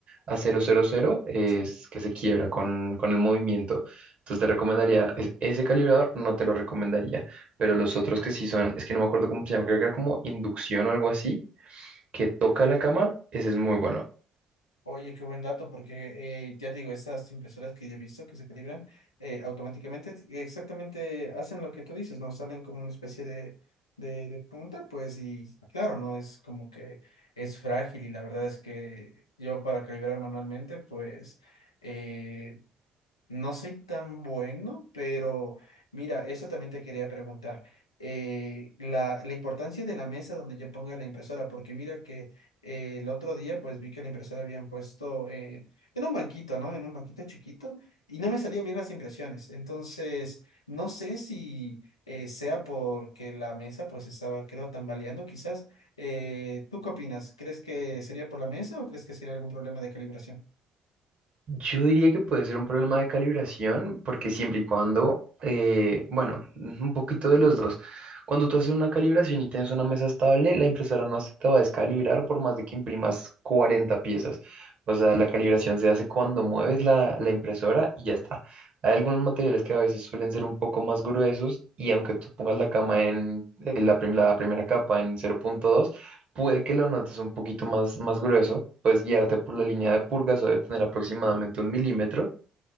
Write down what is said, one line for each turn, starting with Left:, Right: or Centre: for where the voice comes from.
Right: a cero cero cero es
Left: Sí.
Right: que se quiebra con, con el movimiento. Entonces te recomendaría, es- ese calibrador no te lo recomendaría, pero los otros que sí son, es que no me acuerdo cómo se llama, creo que era como inducción o algo así, que toca la cama, ese es muy bueno.
Left: Oye, qué buen dato, porque eh, ya te digo, estas impresoras que yo he visto que se calibran eh, automáticamente, exactamente hacen lo que tú dices, ¿no? Salen como una especie de, de, de punta, pues, y claro, no es como que es frágil, y la verdad es que yo para calibrar manualmente, pues, eh, No soy tan bueno, pero mira, eso también te quería preguntar. eh, la, la importancia de la mesa donde yo ponga la impresora, porque mira que eh, el otro día pues vi que la impresora habían puesto eh, en un banquito, ¿no? En un banquito chiquito y no me salían bien las impresiones. Entonces, no sé si eh, sea porque la mesa pues estaba, creo, tambaleando quizás. Eh, ¿tú qué opinas? ¿Crees que sería por la mesa o crees que sería algún problema de calibración?
Right: Yo diría que puede ser un problema de calibración, porque siempre y cuando, eh, bueno, un poquito de los dos. Cuando tú haces una calibración y tienes una mesa estable, la impresora no se te va a descalibrar por más de que imprimas 40 piezas. O sea, la calibración se hace cuando mueves la, la impresora y ya está. Hay algunos materiales que a veces suelen ser un poco más gruesos y aunque tú pongas la cama en, en la, prim- la primera capa en cero punto dos Puede que lo notes un poquito más, más grueso, puedes guiarte por la línea de purgas o de tener aproximadamente un milímetro